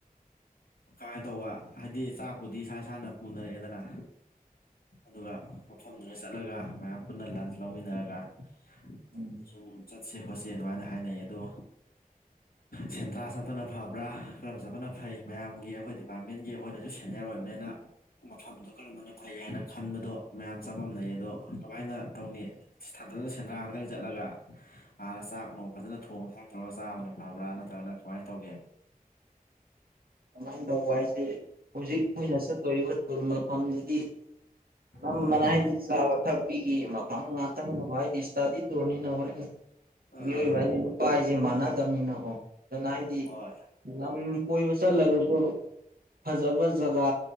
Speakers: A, on the left (about 80°); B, on the right (about 80°).
A: ꯀꯃꯥꯏ ꯇꯧꯕ ꯍꯥꯏꯗꯤ ꯆꯥꯛꯄꯨꯗꯤ ꯏꯁꯥ ꯏꯁꯥꯅ ꯄꯨꯅꯔꯛꯑꯦꯗꯅ ꯑꯗꯨꯒ ꯃꯐꯝꯗꯨꯗ ꯆꯠꯂꯒ ꯃꯌꯥꯝ ꯄꯨꯟꯅ ꯂꯟꯁ ꯂꯧꯃꯤꯟꯅꯔꯒ ꯃ
B: ꯎꯝ
A: ꯑꯁꯨꯝ ꯆꯠꯁꯦ ꯈꯣꯠꯁꯦ ꯑꯗꯨꯃꯥꯏꯅ ꯍꯥꯏꯅꯩ ꯑꯗꯨ ꯁꯦꯟꯗ꯭ꯔꯥ ꯆꯠꯄꯅ ꯐꯕ꯭ꯔꯥ ꯀꯔꯝꯕ ꯆꯠꯄꯅ ꯐꯩ ꯃꯌꯥꯝꯒꯤ ꯑꯩꯈꯣꯏ ꯗꯤꯄ꯭ꯥꯔꯠꯃꯦꯟꯒꯤ ꯑꯩꯈꯣꯏꯅꯁꯨ ꯁꯦꯅꯤꯌ꯭ꯔ ꯑꯣꯏꯕꯅꯤꯅ ꯃꯐꯝꯗꯨ ꯀꯔꯝꯕꯅ ꯐꯩ ꯍꯥꯏꯅ ꯈꯟꯕꯗꯨ ꯃꯌꯥꯝ ꯆꯝꯃꯝꯅꯩ ꯑꯗꯣ ꯀꯃꯥꯏꯅ ꯇꯧꯅꯤ ꯊꯟꯗꯜꯗ ꯁꯦꯟꯗ꯭ꯔꯥꯒꯗꯪ ꯆꯠꯂꯒ ꯍꯥꯟꯅ ꯆꯥꯛ ꯅꯣꯡ ꯐꯖꯅ ꯊꯣꯡ ꯊꯥꯛ ꯇꯧꯔꯒ ꯆꯥꯕꯅ ꯐꯕ꯭ꯔꯥ ꯅꯠꯇ꯭ꯔꯒꯅ ꯀꯃꯥꯏ ꯇꯧꯒꯦ
B: ꯀꯃꯥꯏ ꯇꯧꯕ ꯍꯥꯏꯁꯦ ꯍꯧꯖꯤꯛ ꯑꯩꯈꯣꯏꯅ ꯆꯠꯇꯣꯔꯤꯕ ꯇꯨꯔ ꯃꯐꯝꯖꯤꯗꯤ ꯅꯝꯃꯅꯥꯏꯗꯤ
A: ꯑꯥ
B: ꯆꯥꯕ ꯊꯛꯄꯤꯒꯤ ꯃꯐꯝ ꯉꯥꯛꯇꯪꯅꯦꯕ ꯍꯥꯏꯗꯤ ꯏ꯭ꯁꯇꯥꯗꯤ ꯇꯨꯔꯅꯤꯅ ꯍꯣꯔꯦꯟ
A: ꯑꯥ
B: ꯃꯤꯑꯣꯏꯕ ꯍꯥꯏꯖꯤ ꯅꯨꯄꯥ ꯍꯥꯏꯖꯦ ꯃꯥꯟꯅꯗ꯭ꯕꯅꯤꯅꯀꯣ ꯗꯨꯅ ꯍꯥꯏꯗꯤ
A: ꯍꯣꯏ
B: ꯂꯝ ꯀꯣꯏꯕꯁ ꯆꯠꯂꯒꯖꯨ ꯐꯖꯕ ꯖꯒꯥ